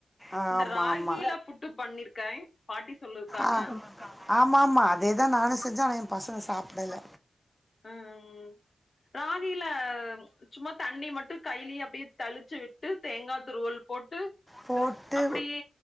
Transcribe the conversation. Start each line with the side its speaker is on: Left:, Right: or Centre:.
Centre: ஆமா
Left: இந்த ராகில
Centre: ஆமா
Left: புட்டு பண்ணிருக்கே பாட்டி சொல்லிருக்காங்க
Centre: ஆ ஆமா ஆமா அதேதா நானு செஞ்சே ஆனா எம் பசங்க சாப்புடல
Left: ம் ராகில சும்மா தண்ணி மட்டு கையிலே அப்டியே தளிச்சு விட்டு தேங்கா துருவள் போட்டு
Centre: போட்டு
Left: அப்டியே